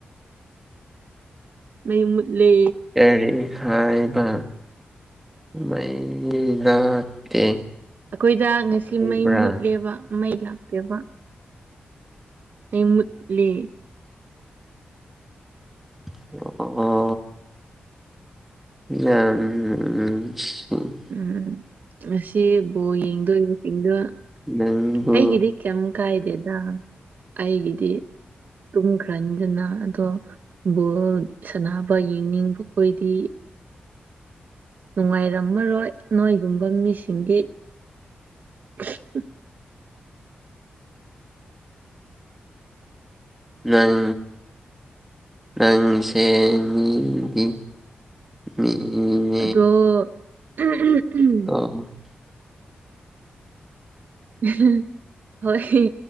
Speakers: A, on the right; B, in the centre.
A: ꯃꯩ ꯃꯨꯠꯂꯦ
B: ꯀꯔꯤ ꯍꯥꯏꯕ ꯃꯩ ꯂꯥꯛꯇꯦ
A: ꯑꯩꯈꯣꯏꯖꯥ ꯉꯁꯤ
B: ꯍꯥꯏꯕ꯭ꯔꯥ
A: ꯃꯩ ꯃꯨꯠꯂꯦꯕ ꯃꯩ ꯂꯥꯛꯇꯦꯕ ꯃꯩ ꯃꯨꯠꯂꯦ
B: <unintelligible> <unintelligible>
A: ꯎꯝ ꯉꯁꯤ ꯕꯣꯜ ꯌꯦꯡꯗꯧꯕ <unintelligible>
B: ꯅꯪꯕꯨ
A: ꯑꯩꯒꯤꯗꯤ ꯀꯦꯝ ꯀꯥꯏꯗꯦꯗꯥ ꯑꯩꯒꯤꯗꯤ ꯇꯨꯝꯈ꯭ꯔꯅꯤꯗꯅ ꯑꯗꯣ ꯕꯣꯜ ꯁꯥꯟꯅꯕ ꯌꯦꯡꯅꯤꯡꯕ ꯈꯣꯏꯗꯤ ꯅꯨꯡꯉꯥꯏꯔꯝꯃꯔꯣꯏ ꯅꯣꯏꯒꯨꯝꯕ ꯃꯤꯁꯤꯡꯗꯤ <unintelligible>
B: ꯅꯪ ꯅꯪꯁꯦ ꯃꯤꯒꯤ ꯃꯤ <unintelligible>
A: ꯑꯗꯣ <unintelligible>
B: <unintelligible>
A: <unintelligible> ꯍꯣꯏ